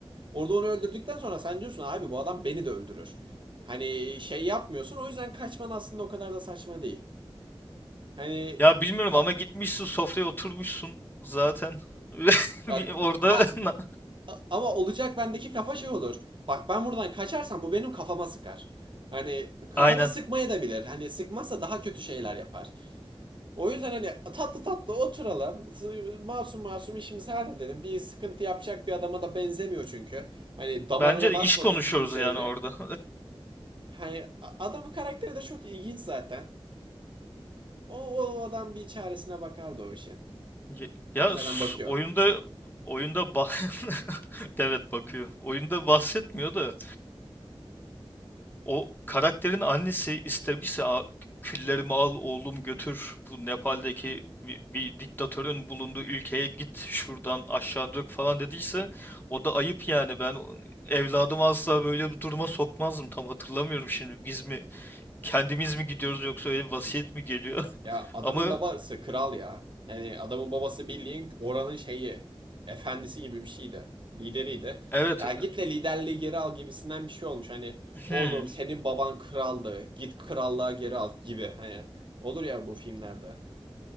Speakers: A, on the right; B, on the left.
A: Orada onu öldürdükten sonra sen diyorsun abi bu adam beni de öldürür. Hani şey yapmıyorsun. O yüzden kaçman aslında o kadar da saçma değil. Hani
B: Ya bilmiyorum
A: ha,
B: ama gitmişsin sofraya oturmuşsun zaten. <laughs>
A: ya,
B: Ve bir orada
A: ha
B: <laughs> na-
A: ama olacak bendeki kafa şey olur. Bak ben buradan kaçarsam bu benim kafama sıkar. Hani kafama
B: aynen.
A: sıkmaya da bilir. Hani sıkmazsa daha kötü şeyler yapar. O yüzden hani tatlı tatlı oturalım. Masum masum işimizi halledelim. Bir sıkıntı yapacak bir adama da benzemiyor çünkü. Hani damarına
B: Bence de
A: basmadığın
B: iş konuşuyoruz
A: şeyce.
B: yani orada.
A: Hani adamın karakteri de çok ilginç zaten. O, o adam bir çaresine bakardı o işin.
B: <laughs> Ye- Ya
A: E
B: s-
A: Zaten bakıyor.
B: oyunda oyunda bah <laughs> evet bakıyor. Oyunda bahsetmiyor da O karakterin annesi istemişse "A- küllerimi al oğlum götür bu Nepal'deki bir, bir diktatörün bulunduğu ülkeye git şuradan aşağı dök falan dediyse o da ayıp yani ben o- evladımı asla böyle bir duruma sokmazdım tam hatırlamıyorum şimdi biz mi kendimiz mi gidiyoruz yoksa öyle bir vasiyet mi geliyor
A: Ya
B: <laughs>
A: adamın
B: ama
A: babası kral ya. Yani adamın babası bildiğin oranın şeyi. Efendisi gibi bir şeydi. Lideriydi.
B: evet
A: Ya git de liderliği geri al gibisinden bir şey olmuş. Hani oğlum
B: hmm,
A: senin baban kraldı. Git krallığa geri al gibi. Hani olur ya bu filmlerde.